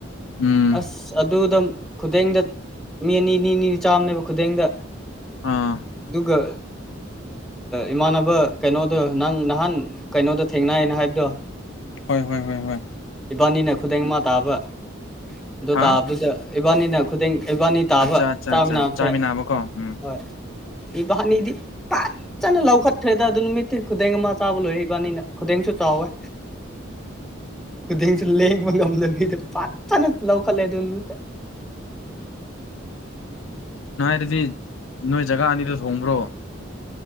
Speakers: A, on the left; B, in the centre.
A: ꯎꯝ
B: ꯑꯁ ꯑꯗꯨꯗ ꯈꯨꯗꯦꯡꯗ ꯃꯤ ꯑꯅꯤ ꯅꯤ ꯅꯤꯅꯤ ꯆꯥꯝꯅꯦꯕ ꯈꯨꯗꯦꯡꯗ
A: ꯑꯥ
B: ꯑꯗꯨꯒ ꯏꯃꯥꯟꯅꯕ ꯀꯩꯅꯣꯗꯣ ꯅꯪ ꯅꯍꯥꯟ ꯀꯩꯅꯣꯗ ꯊꯦꯡꯅꯏꯅ ꯍꯥꯏꯕꯗꯣ
A: ꯍꯣꯏ ꯍꯣꯏ ꯍꯣꯏ ꯍꯣꯏ
B: ꯏꯕꯥꯅꯤꯅ ꯈꯨꯗꯡ ꯃꯥ ꯇꯥꯕ ꯑꯗꯨꯣ
A: ꯍꯥ
B: ꯇꯥꯗ ꯏꯕꯥꯅꯤꯅ ꯈꯨꯗꯤꯡ ꯏꯕꯥꯅꯤ ꯇꯥꯕ
A: ꯑꯠꯆꯥ ꯑꯠꯆꯥ
B: ꯆꯥ
A: ꯑꯠꯆꯥ
B: ꯃꯌꯥꯝꯁꯦ
A: ꯆꯥꯃꯤꯟꯅꯕꯀꯣ ꯎꯝ
B: ꯍꯣꯏ ꯏꯕꯥꯅꯤꯗꯤ ꯐꯖꯅ ꯂꯧꯈꯠꯈ꯭ꯔꯦꯗ ꯑꯗꯨ ꯅꯨꯃꯤꯠꯇꯇꯩ ꯈꯨꯗꯡ ꯑꯃ ꯆꯥꯕ ꯂꯣꯏꯔꯕꯅꯤꯅ ꯈꯨꯗꯡꯁꯨ ꯆꯥꯎꯋꯦ ꯈꯨꯗꯡꯁꯨ ꯂꯦꯡꯕ ꯉꯝꯗ ꯃꯤꯗꯤ ꯐ ꯐꯅ ꯂꯧꯈꯠꯂꯦ ꯑꯗꯨ ꯃꯤ
A: ꯑꯗꯨꯗꯤ ꯅꯣꯏ ꯖꯒꯥ ꯑꯅꯤꯗꯨ ꯁꯣꯡꯕ꯭ꯔꯣ